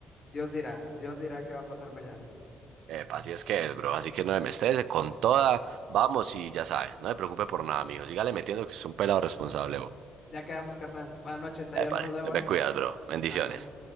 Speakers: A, on the left; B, on the right.
A: Dios dirá, Dios dirá qué va a pasar mañana.
B: Epa, así es que es, bro. Así que no me estrese. Con toda, vamos y ya sabe. No me preocupe por nada, mijo. Sígale metiendo que es un pelado responsable, bro.
A: Ya quedamos, carnal. Buenas noches, ahí
B: Epa,
A: hablamos luego,
B: se me
A: ¿eh?
B: cuidas, bro. Bendiciones.
A: Ánimo.